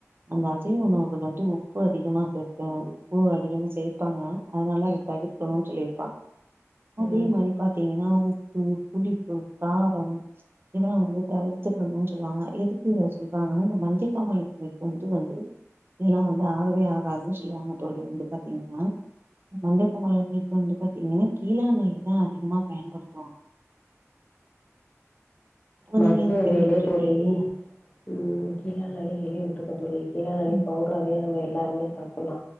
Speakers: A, on the right (about 45°); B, on the left (about 30°).
A: அந்த அசைவ உணவுகள் வந்து உப்பு அதிகமாக சேப்பே உப்பு அதிகமா சேப்பாங்கலா அதனால இது தவிர்கனுன்னு சொல்லியிருப்பாங் அதே
B: ம்
A: மாரி பாத்தீங்கன்னா உப்பு புளிப்பு காரம் இதெல்லா வந்து தவிர்த்திடணும்னு சொல்லுவாங்க எதுக்கு இத சொல்றாங்கன்னா இந்த மஞ்சை காமாலை இருக்வங்களுக்கு வந்து இதெல்லா வந்து ஆகவே ஆகாதுன்னு சொல்லுவாங்க தோழி வந்து பாத்தீங்கன்னா மஞ்ச காமாலை வந்து இருக்கவங்க பாத்தீங்கன்னா கீழாநெல்லி தா அதிகமா பயன்படுத்துவாங்க
B: மருந்து
A: நீங்க எதுவு கேள்விப்பட்டிருக்கீங்களா
B: வேலே தோழி ம் கீழாநெல்லி கேள்விபட்டுருக்கே தோழி கீழாநெல்லி
A: ம்
B: பவுட்ரவே நம்ம எல்லாருமே சாப்பல்லா